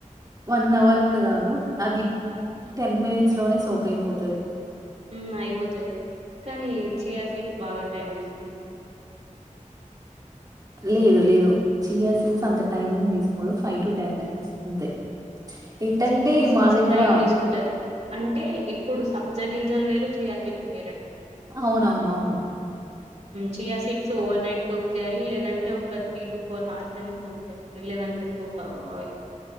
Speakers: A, on the right; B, on the right.
A: వన్ అవర్ కూడా కాదు అది టెన్ మినిట్స్ లోనే సోప్ అయిపోతుంది
B: ఉ అయిపోతది కానీ చియా సీడ్స్ బాగా టైం తీసుకుంటుది
A: లేదు లేదు చీయా సీట్స్ అంత టైం ఏం తీసుకోదు ఫైవ్ టు టెన్ మినిట్స్ అంతే ఏంటంటే
B: సియా సీడ్స్
A: మా దగ్గర
B: టైం తీసుకుంటది అంటే ఇప్పుడు సబ్జగింజాలు చియా సీడ్స్ వేరండి
A: అవునవును అవును
B: chia seeds over night soak చేయాలి లేదంటే ఒక త్రీ టు ఫోర్ హవార్స్ అయినా సోప్ చేయాల లేదంటే సోప్ అవ్వవు అవి